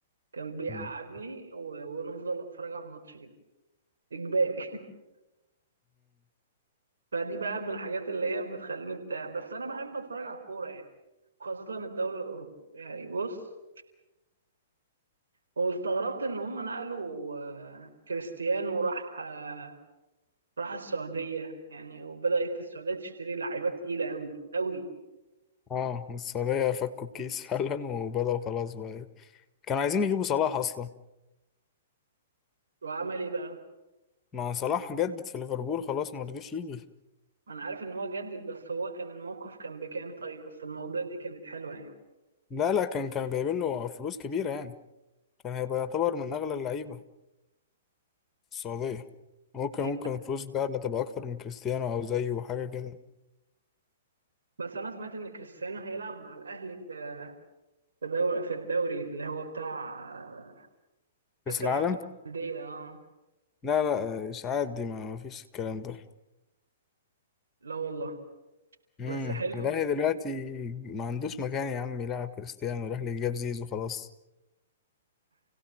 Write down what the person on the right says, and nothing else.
كان بيقعدني
و- ونفضل اتفرج على الماتش كده اجباري فدي بقى من الحاجات اللي هي بتخليني بتاع بس انا بحب اتفرج على الكوره يعني خاصه الدوري الاوروبي يعني بص واستغربت ان هم نقلوا آه، كريستيانو راح آه، راح السعوديه يعني وبدات السعوديه تشتري لعيبه تقيله قوي قوي
وعمل ايه بقى
انا عارف ان هو جدد بس هو كان الموقف كان بكام طيب بس المواضيع دي كانت حلوه يعني
يعني
بس انا سمعت ان كريستيانو هيلعب مع الاهلي في في دوري في الدوري اللي هو بتاع آه، كاس
العالم للانديه اه
لا والله
بس حلو